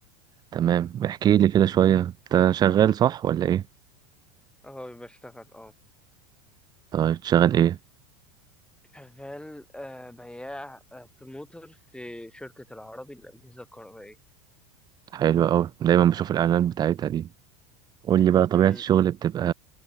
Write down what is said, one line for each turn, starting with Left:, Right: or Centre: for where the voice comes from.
Right: تمام احكي لي كده شويه انت شغال صح ولا ايه
Centre: اهو بشتغل اه
Right: طيب شغال ايه
Centre: شغال آه بياع آه بروموتر في شركة العربي للأجهزة الكهربائية
Right: حلو قوي دايما بشوف الاعلانات بتاعتها دي قول لي بقى طبيعه
Centre: امم
Right: الشغل بتبقى